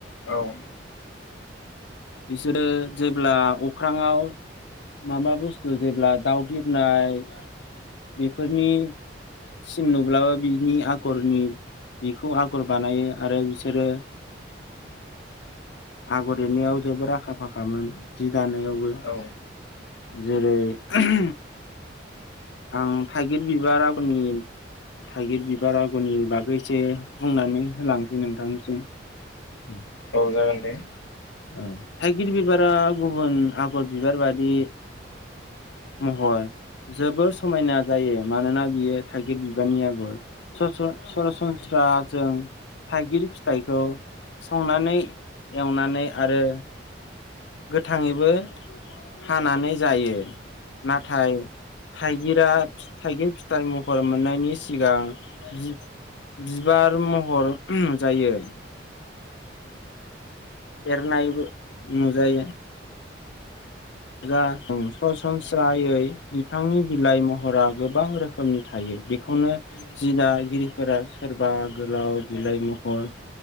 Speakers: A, on the left; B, on the left.
A: औ
B: बिसोरो जेब्ला अख्रांआव माबा बुस्थु जेब्ला दाउ बिरनाय बेफोरनि सिम नुब्लाबो बिनि आगरनि बेखौ आगर बानायो आरो बिसोरो आगर एरनायाव जोबोर आखा फाखामोन जि दानायाव
A: औ
B: जेरै उम आं थाइगिर बिबार आगरनि थाइगिर बिबार आग'रनि बागैसो बुंनानै होलांसै नोंथांनिसिम। उम
A: औ जागोन दे
B: ओ थाइगिर बिबारा गुबुन आगर बिबार बादि महर जोबोर समायना जायो मानोना बियो थाइगिर बिबारनि आगर। सरन सरासनस्राजों थाइगिर फिथाइखौ संनानै एवनानै आरो गोथाङैबो हानानै जायो नाथाय थाइगिरा थाइगिर फिथाइ महर मोननायनि सिगां जिब बिबार महर जायो एरनायबो नुजायो जा उम सरासनस्रायै बिफांनि बिलाइ महरा गोबां रोखोमनि थायो। बेखौनो जि दागिरिफोरा सोरबा गोलाव बिलाइ महर